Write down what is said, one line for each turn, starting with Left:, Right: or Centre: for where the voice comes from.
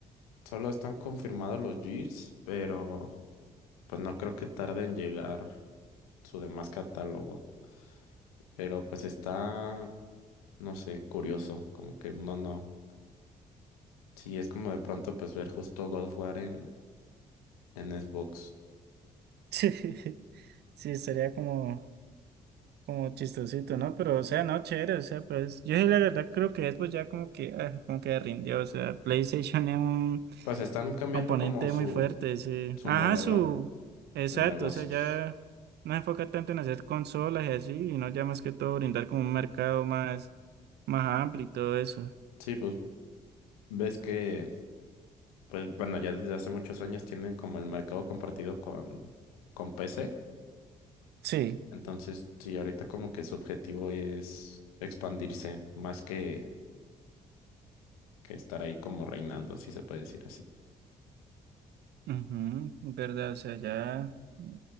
Left: solo están confirmados los Gears, pero pues no creo que tarde en llegar su demás catálogo. Pero pues está, no sé, curioso, como que no, no. Sí, es como de pronto pues ver justo God of War en, en Xbox.
Right: <laughs> Sí, sería como, como chistosito, ¿no? Pero, o sea, no, chévere, o sea, pues yo sí la verdad creo que Xbox ya como que, ah, como que rindió. O sea, PlayStation es un
Left: Pues están cambiando
Right: oponente
Left: como su,
Right: muy fuerte, sí.
Left: su
Right: Ajá,
Left: modelo
Right: su... Exacto,
Left: de negocios.
Right: o sea, ya no se enfoca tanto en hacer consolas y así, y no ya más que todo brindar como un mercado más más amplio y todo eso.
Left: Sí, pues ves que pues bueno, ya desde hace muchos años tienen como el mercado compartido con, con PC.
Right: Sí,
Left: Entonces, sí, ahorita como que su objetivo es expandirse más que, que estar ahí como reinando, si se puede decir así.
Right: Ujú, es verdad, o sea, ya mm,